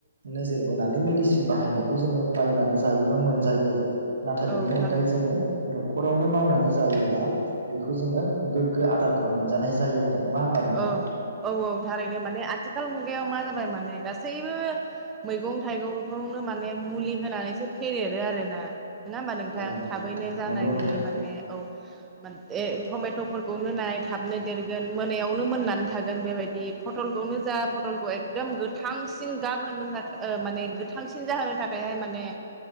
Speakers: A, on the right; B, on the right.
A: नोजोर बोनानै मेडिसिन बाहायनायखौ जोङो बायनानै जायोबा मोनजायो आरो नाथाय
B: औ
A: बेनि
B: थारैनो
A: अनगायै जोङो नु न'खरावनो मावनानै जायोब्ला बेखौ जोङो गोग्गो आदारखौ मोनजानाय जायो आरो नङा होमबा नोंथां
B: ओं औ औ थारैनो । माने आथिखाल मुगायाव मा जाबाय माने गासैबो मैगं-थाइगंखौनो माने मुलि होनानैसो फदेरो आरोना। नोङा होमबा नोंथां
A: औ नंगौ
B: थाबैनो
A: नोंथां
B: जानायनि
A: नंगौ नोंथां
B: माने औ । माने ए टमेट'फोरखौनो नाय थाबनो देरगोन मोनायाव नो मोननानै थागोन बेबायदि फटलखौनो जा फटलखौ एकदम गोथांसिन गाब होनो जा ओ माने गोथांसिन जाहोनो थाखायहाय माने